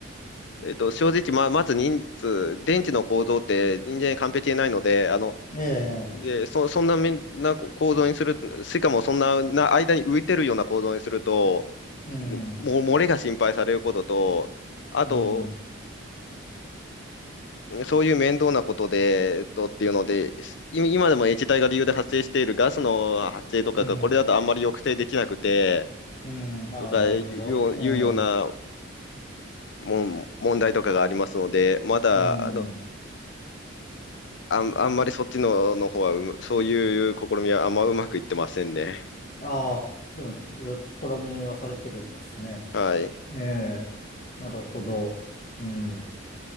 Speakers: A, on the left (about 60°); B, on the left (about 40°).
A: えっと正直、ま、まず人数、電池の構造って人間に完璧でないので、あの、
B: え
A: で、
B: え、
A: そ、そんなみんなこ構造にする、しかもそんな、な間に浮いてるような構造にすると、
B: うん、
A: もう漏れが心配されることと、あと、
B: うん、
A: そういう面倒なことで、とっていうので、い今でも液体が理由で発生しているガスの発生とかが、
B: うん、
A: これだとあんまり抑制できなくて、
B: うん、ああ、
A: とかいうよう、
B: なるほど。ええ、
A: いうようなもん問題とかがありますので、まだ、
B: うん。
A: あの、あん、あんまりそっちの、の方はうむ、そういう試みはあんまうまくいってませんね。
B: ああ、でも、いろいろ試みはされてるんですね。
A: はい。
B: ええ、なるほど。うん。